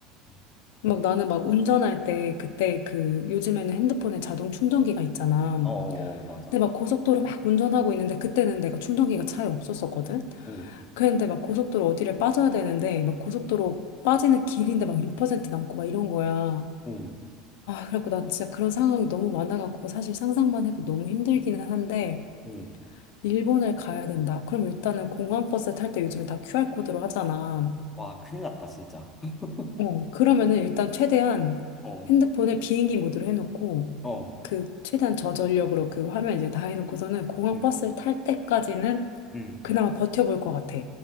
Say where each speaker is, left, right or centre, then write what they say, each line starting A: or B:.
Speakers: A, on the left; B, on the left.
A: 어,
B: 막 나는 막 운전할 때 그때 그 요즘에는 핸드폰에 자동 충전기가 있잖아.
A: 어, 맞아.
B: 근데 막 고속도로 막 운전하고 있는데 그때는 내가 충전기가 차에 없었었거든.
A: 응,
B: 그랬는데 막 고속도로 어디를 빠져야 되는데 막 고속도로 빠지는 길인데 막 1% 남고 막 이런 거야.
A: 응,
B: 아, 그래갖고 난 진짜 그런 상황이 너무 많아갖고 사실 상상만 해도 너무 힘들기는 한데
A: 응.
B: 일본을 가야 된다. 그럼 일단은 공항버스 탈 때 요즘에 다 QR코드로 하잖아.
A: 와, 큰일 났다, 진짜. <laughs>
B: 어, 그러면은 일단 최대한
A: 어,
B: 핸드폰에 비행기 모드로 해놓고
A: 어,
B: 그 최대한 저전력으로 그 화면 이제 다 해놓고서는 공항
A: 응,
B: 버스를 탈 때까지는
A: 응,
B: 그나마 버텨볼 것 같아.